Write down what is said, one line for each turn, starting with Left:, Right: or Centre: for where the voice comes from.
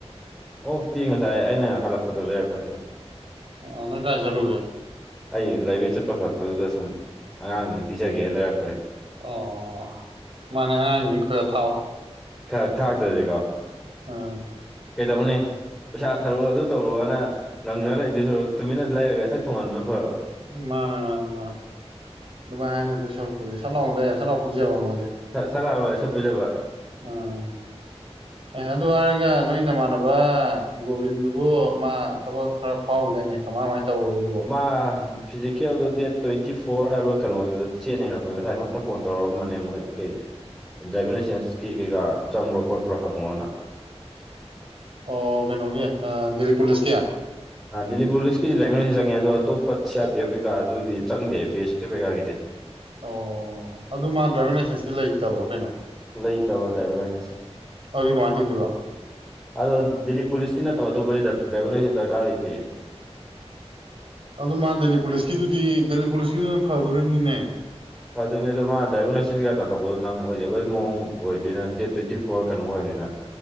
Centre: ꯑꯣꯛꯇꯤ ꯉꯁꯥꯏ ꯑꯩꯅ ꯍꯜꯂꯛꯄꯗꯨ ꯂꯩꯔꯛꯄꯅꯤꯗ
Right: ꯑ ꯅꯪ ꯀꯥꯏ ꯆꯂꯨꯒꯦ
Centre: ꯑꯩ ꯂꯥꯏꯕ꯭ꯔꯦꯔꯤ ꯆꯠꯄ ꯍꯜꯂꯛꯄꯗꯨꯗ ꯁꯨꯝ ꯑꯉꯥꯡꯁꯤꯡꯖꯦ ꯄꯤꯖꯒꯦꯅ ꯂꯩꯔꯛꯄꯅꯤ
Right: ꯑꯣ ꯃꯥꯅꯦ ꯑꯉꯥꯡꯖꯤꯡꯖꯨ ꯈꯒ ꯊꯥꯎ
Centre: ꯈꯛ ꯊꯥꯛꯇ꯭ꯔꯗꯤꯀꯣ
Right: ꯑꯣ
Centre: ꯀꯩꯗꯧꯅꯦ ꯄꯩꯁꯥ ꯊꯔꯛꯑꯣ ꯑꯗꯨ ꯇꯧꯔꯣꯑꯣꯅ ꯉꯪꯅꯔ ꯂꯩꯗꯣꯏ ꯁꯔꯨꯛ ꯇꯨꯃꯤꯟꯅ ꯂꯩꯔꯒ ꯁꯠ ꯊꯣꯡꯍꯟꯕꯅ ꯐꯔꯕ
Right: ꯎ ꯃꯥꯟꯅꯦ ꯃꯥꯟꯅꯦ ꯃꯥꯟꯅꯦ ꯑꯗꯨꯃꯥꯏ ꯍꯥꯏꯅꯗꯣꯏ ꯁꯔꯨꯛꯄꯨꯗꯤ ꯁꯠ ꯂꯥꯎꯅ ꯂꯩꯔ ꯁꯠ ꯂꯥꯎ ꯄꯤꯖꯕ ꯃꯣꯏꯗꯤ
Centre: ꯁ ꯂꯥꯡ ꯂꯒ ꯁꯠ ꯄꯤꯖꯕ
Right: ꯑꯣ
Centre: <inaudible>
Right: ꯑꯦ ꯑꯗꯨ ꯍꯥꯏꯔꯒ ꯅꯣꯏ ꯅꯃꯥꯟꯅꯕ ꯒꯣꯕꯤꯟꯗꯨꯕꯨ ꯃꯥ ꯊꯕꯛ ꯈꯔ ꯐꯥꯎꯈꯤꯗꯣꯏꯅꯦ ꯀꯃꯥꯏ ꯃꯥꯟꯅꯦ ꯇꯧꯒ꯭ꯔꯒꯦ
Centre: ꯃꯥ ꯃꯥ ꯐꯤꯖꯤꯀꯦꯜꯗ ꯗꯦꯠ ꯇ꯭ꯋꯦꯟꯇꯤ ꯐꯣꯔ ꯍꯥꯏꯕ꯭ꯔꯥ ꯀꯩꯅꯣꯗꯨꯗ ꯆꯦꯟꯅ ꯍꯥꯢꯔꯛꯄꯅꯦ ꯉꯁꯥꯏ ꯑꯩꯉꯣꯟꯗ ꯐꯣꯟ ꯇꯧꯔꯛꯑꯝꯕꯅꯦ ꯃꯣꯏ ꯀꯩ ꯗ꯭ꯔꯥꯏꯕꯤꯡ ꯂꯥꯏꯁꯦꯟꯁꯀꯤ ꯀꯩꯀꯥ ꯆꯪꯕ꯭ꯔꯣ ꯈꯣꯠꯄ꯭ꯔꯣ ꯍꯪꯉꯣꯅ
Right: ꯑꯣ ꯀꯩꯅꯣꯒꯤ ꯗꯦꯜꯂꯤ ꯄꯨꯂꯤꯁꯀꯤ
Centre: ꯗꯤꯂꯤ ꯄꯨꯂꯤꯁꯀꯤ ꯗ꯭ꯔꯥꯏꯕꯤꯡ ꯂꯥꯢꯟꯁ ꯆꯪꯉꯦ ꯑꯗꯧ ꯑꯇꯣꯞꯄ ꯁꯤ ꯑꯔ ꯄꯤ ꯑꯦꯐ ꯀꯩꯀꯥ ꯑꯗꯨꯗꯤ ꯆꯪꯗꯦ ꯕꯤ ꯑꯦꯁ ꯁꯤ ꯑꯦꯐ ꯀꯩꯀꯥꯒꯤꯗꯤ
Right: ꯑꯣ ꯑꯗꯨ ꯃꯥ ꯗ꯭ꯔꯥꯏꯚꯤꯡ ꯂꯥꯏꯁꯦꯟꯁꯇꯤ ꯂꯩꯇꯕ꯭ꯔꯣ ꯀꯩꯅꯣ
Centre: ꯂꯩꯇꯕ ꯗ꯭ꯔꯥꯏꯚꯤꯡ ꯂꯥꯏꯁꯦꯟꯁ
Right: ꯑꯗꯨꯗꯤ ꯀꯃꯥꯏꯅ ꯇꯧꯗꯣꯏꯕ
Centre: ꯑꯗꯣ ꯗꯦꯜꯂꯤ ꯄꯨꯂꯤꯁꯀꯤ ꯅꯠꯇꯕ ꯑꯇꯣꯞꯄꯒꯤꯗꯤ ꯗ꯭ꯔꯥꯏꯚꯤꯡ ꯂꯥꯏꯁꯦꯟꯁ ꯗꯔꯀꯥꯔ ꯂꯩꯇꯦ
Right: ꯑꯗꯣ ꯃꯥ ꯗꯦꯜꯂꯤ ꯄꯨꯂꯤꯁꯀꯤꯗꯨꯗꯤ ꯗꯦꯜꯂꯤ ꯄꯨꯂꯤꯁꯀꯤꯗꯨꯅ ꯐꯗꯣꯔꯤꯕꯅꯤꯅꯦ
Centre: ꯐꯗꯨꯢꯅꯦ ꯑꯗꯣ ꯃꯥ ꯗ꯭ꯔꯥꯏꯚꯤꯡ ꯂꯥꯏꯁꯦꯟꯁ ꯀꯩꯀꯥ ꯇꯥꯟꯊꯣꯛꯄꯗꯣ ꯅꯪ ꯑꯣꯏꯗꯕꯒꯤ ꯃꯑꯣꯡ ꯑꯣꯏꯗꯣꯏꯅ ꯗꯦꯠ ꯇ꯭ꯋꯦꯟꯇꯤ ꯐꯣꯔ ꯀꯩꯅꯣ ꯑꯣꯏꯔꯕꯅꯤꯅ